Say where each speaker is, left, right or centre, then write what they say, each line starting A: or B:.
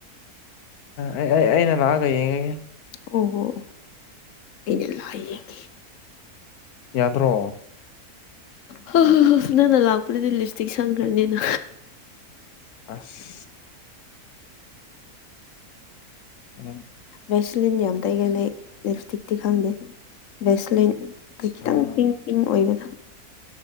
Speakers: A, on the left; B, on the left.
A: ꯑꯩ ꯑꯩ ꯑꯩꯅ ꯂꯥꯛꯑꯒ ꯌꯦꯡꯉꯒꯦ
B: ꯑꯣ ꯑꯣ ꯑꯣ ꯑꯩꯅ ꯂꯛꯑꯥ ꯌꯦꯡ...
A: ꯌꯥꯗ꯭ꯔꯣ
B: ꯍ ꯍꯣ ꯍꯣ ꯅꯪꯅ ꯂꯥꯛꯄꯗꯗꯤ ꯂꯤꯞꯁꯇꯤꯛ ꯁꯪꯒ꯭ꯔꯅꯤꯅ
A: ꯑꯁ <inaudible>
B: ꯚꯦꯁꯂꯤꯟ ꯌꯥꯝ ꯇꯩꯒꯜꯂꯦ ꯂꯤꯞꯁꯇꯤꯛꯇꯤ ꯈꯪꯗꯦ ꯚꯦꯁꯂꯤꯟ ꯈꯤꯇꯪ
A: ꯑ ꯑꯠꯆꯥ
B: ꯄꯤꯡ ꯄꯤꯡ ꯑꯣꯏꯕꯗꯣ